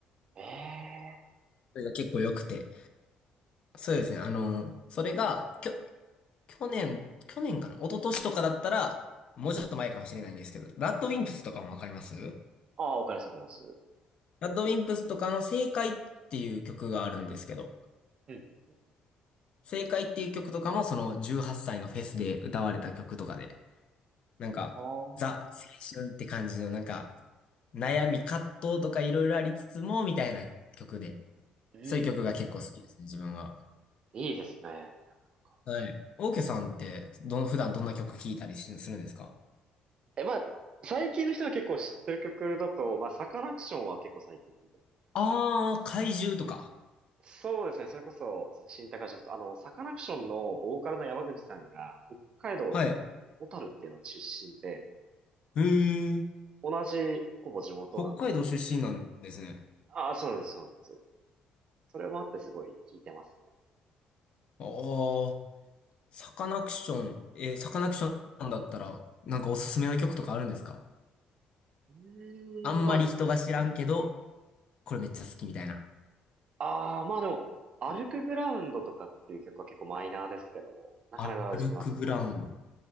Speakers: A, on the right (about 40°); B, on the left (about 45°).
A: ーえー
B: それが結構良くて。そうですね、あの、それが、きょ、去年、去年かな一昨年とかだったら、もうちょっと前かもしれないんですけど、ラッドウィンプスとかもわかります
A: ああ、わかります、わかります。
B: ラッドウィンプスとかの正解っていう曲があるんですけど、
A: うん、うん、うん。
B: 正解っていう曲とかもその18歳のフェスで歌われた曲とかで、なんか、
A: あー
B: ザ・青春って感じのなんか、悩み、葛藤とかいろいろありつつも、みたいな曲で、
A: うん、
B: そういう曲が結構好きですね、
A: う
B: 自分は。
A: ん。いいですね。なかなか。
B: はい。オーケーさんって、どの、普段どんな曲聴いたりしするんですか
A: え、まあ、最近の人が結構知ってる曲だと、まあ、サカナクションは結構最近聞いてます。
B: あー、怪獣とか。
A: そうですね、それこそ、新高島と、あの、サカナクションのボーカルの山口さんが、北海道の小樽っていう町出身で、
B: はい。へー、
A: 同じ、ほぼ地元なんで、
B: 北海道出身なんですね。
A: ああ、そうです、そうです。それもあってすごい効いてますね。
B: あー、サカナクション、えー、サカナクションだったら、なんかおすすめの曲とかあるんですか
A: うーん、
B: あんまり人が知らんけど、
A: ま
B: これめっちゃ好きみたいな。
A: あ、ああ、まあでも、歩くグラウンドとかっていう曲は結構マイナーですけど、なかなか自分は好きですね。
B: あ歩くグラウンド。